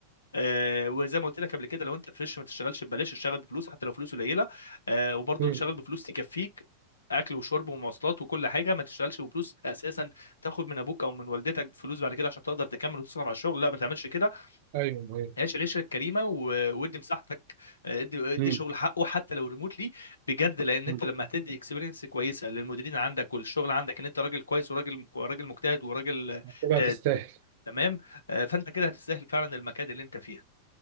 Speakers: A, on the left (about 75°); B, on the right (about 50°).
A: آه وزي ما قلت لك قبل كده لو انت فريش ما تشتغلش ببلاش اشتغل بفلوس حتى لو فلوس قليله آه وبرضه
B: مم.
A: تشتغل بفلوس تكفيك اكل وشرب ومواصلات وكل حاجه ما تشتغلش بفلوس اساسا تاخد من ابوك او من والدتك فلوس بعد كده عشان تقدر تكمل وتصرف على الشغل لا ما تعملش كده
B: ايوه ايوه
A: عيش العيشه الكريمه و- وادي مساحتك آه، ادي ادي
B: مم.
A: شغل حقه حتى لو ريموتلي بجد لان
B: مم.
A: انت لما هتدي اكسبيرينس كويسه للمديرين عندك والشغل عندك ان انت راجل كويس وراجل راجل مجتهد وراجل
B: طبعا
A: آه،
B: تستاهل
A: تمام آه، فانت كده هتستاهل فعلا المكان اللي انت فيها